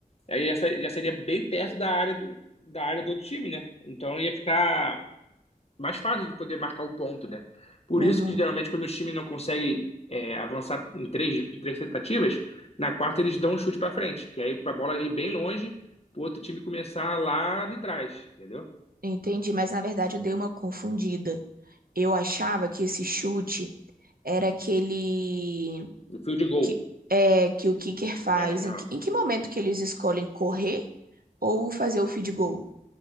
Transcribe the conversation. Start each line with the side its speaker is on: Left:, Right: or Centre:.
Left: Aí já, se- já seria bem perto da área do, da área do outro time, né? Então ia ficar mais fácil de poder marcar um ponto, né? Por
Right: aham.
Left: isso que geralmente quando os times não conseguem é, avançar em três, em três tentativas, na quarta eles dão um chute pra frente, que aí pra bola ir bem longe, pro outro time começar lá de trás, entendeu?
Right: Entendi, mas na verdade eu dei uma confundida. Eu achava que esse chute era aquele
Left: No fio de gol.
Right: que, é, que o kicker faz,
Left: É, não,
Right: em que, em que momento que eles escolhem correr ou fazer o field goal?